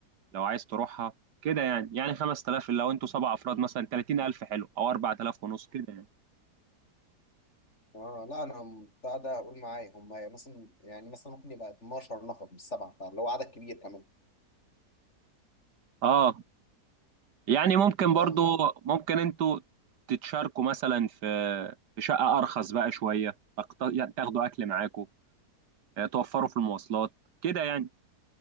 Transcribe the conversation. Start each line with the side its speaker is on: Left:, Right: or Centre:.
Right: لو عايز تروحها كده يعني يعني 5000 لو أنتوا سبع أفراد مثلا 30000 حلو أو 4000 ونص كده يعني
Left: اه لا انا م- بتاع ده اقول معايا هم يعني مثلا يعني مثلا ممكن يبقى 12 نفر مش سبعه فاللي هو عدد كبير كمان
Right: اه يعني ممكن
Left: اه
Right: برضو ممكن انتوا تتشاركوا مثلا في في شقة أرخص بقى شوية أقت- يعني تاخدوا أكل معاكوا آه، توفروا في المواصلات كده يعني